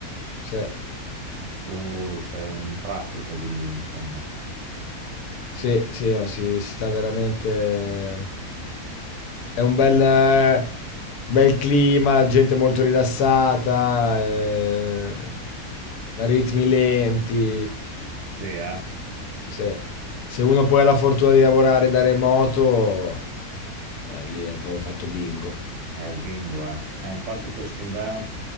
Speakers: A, on the left (about 80°); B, on the right (about 60°).
A: Sì,
B: Tu sei un pratico di lì, insomma.
A: sì, sì, no, si, si sta veramente È un bel, eh, bel clima, gente molto rilassata, eh, ritmi lenti.
B: Sì, eh?
A: Se, se uno poi ha la fortuna di lavorare da remoto, eh, lì hai proprio fatto bingo.
B: È bingo, eh? Eh, infatti quest'inverno